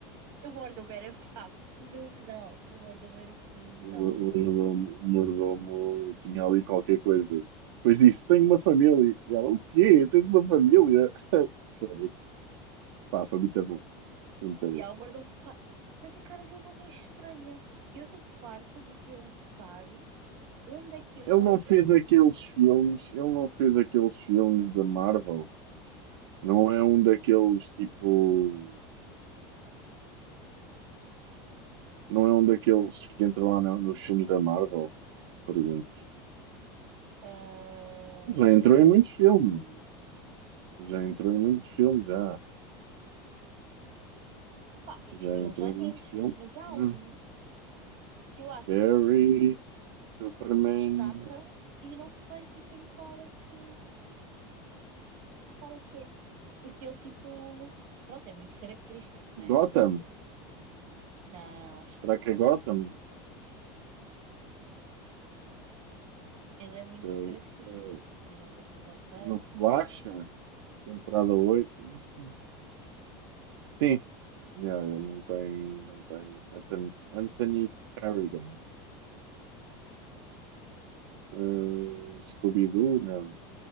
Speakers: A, on the right; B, on the right.
A: O mordomo era pá, fenomenal. O mordomo era fenomenal.
B: O, o, mordomo, o mordomo tinha ali qualquer coisa. Depois disse: Tenho uma família. E ela: O quê? Tens uma família? <laughs> Falei, Pá, foi muito bom. Foi muito bom.
A: E há o mordomo. Pá, mas a cara dele não me é estranha. E eu estou farta de pensar onde é que eu
B: Ele
A: já
B: não
A: ouvi.
B: fez aqueles filmes, ele não fez aqueles filmes da Marvel. Não é um daqueles tipo. Não é um daqueles que entra lá no- nos filmes da Marvel? Pergunto.
A: Ah,
B: Já
A: não
B: entrou em muitos
A: sei.
B: filmes. Já entrou em muitos filmes, já.
A: Pá, e-
B: Já
A: e-
B: entrou
A: ele já
B: em
A: entrou
B: muitos
A: em muitos filmes,
B: filmes.
A: mas há
B: Não.
A: um que eu acho
B: Barry,
A: que,
B: Superman,
A: que destaca e não sei tipo em qual é que. Qual é que é? Porque ele, tipo, pronto, é muito característico, não é?
B: Gotham.
A: Não, acho que
B: Será
A: não,
B: que é Gotham?
A: acho que não, acho que não. Ele é muito
B: Ok.
A: característico
B: Eh,
A: de não ter sobrancelhas,
B: no Flash,
A: não ter. eh,
B: temporada 8. Não sei. Sim, yeah, ele não tem, não tem. Anthony, Anthony Carrigan, Uh, Scooby-Doo, não.